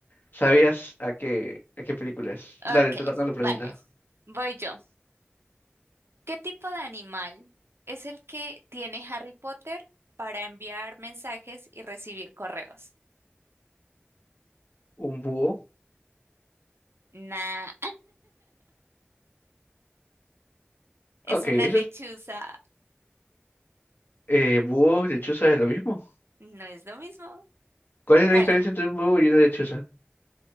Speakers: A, on the left; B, on the right.
A: sabías a qué, a qué película es.
B: Ok,
A: Dale, te toca la pregunta.
B: vale. Voy yo. ¿Qué tipo de animal es el que tiene Harry Potter para enviar mensajes y recibir correos?
A: ¿Un búho?
B: Nah, <laughs> es
A: Ok,
B: una
A: eso
B: lechuza.
A: es. Eh, ¿búho, lechuza es lo mismo?
B: No es lo mismo.
A: ¿Cuál es
B: Vale,
A: la diferencia entre un búho y una lechuza?